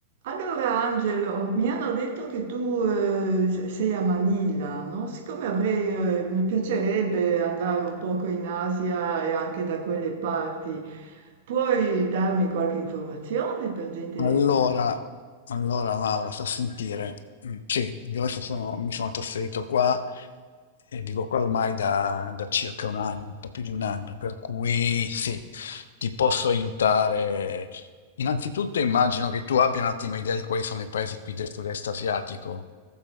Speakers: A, on the right; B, on the left.
A: Allora Angelo, mi hanno detto che tu eh, se- sei a Manila, no? Siccome avrei, eh, mi piacerebbe andare un poco in Asia e anche da quelle parti, puoi darmi qualche informazione per gentilezza?
B: Allora, allora Maura, sta a sentire. Mm, Sì, io adesso sono- mi sono trasferito qua e vivo qua ormai da, da circa un anno, un po' più di un anno, per cui sì, ti posso aiutare. Innanzitutto immagino che tu abbia un attimo idea di quali sono i paesi qui del sud-est asiatico,